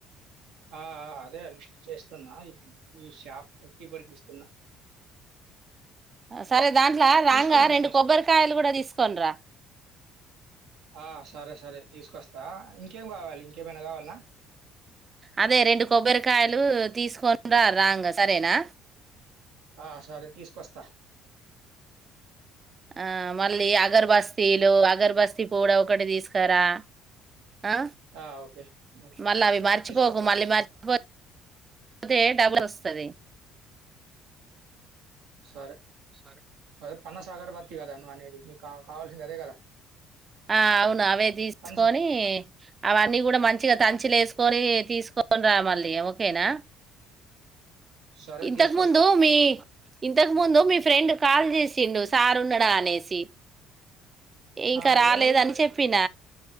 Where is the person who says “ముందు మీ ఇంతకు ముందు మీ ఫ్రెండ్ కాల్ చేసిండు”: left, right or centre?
Right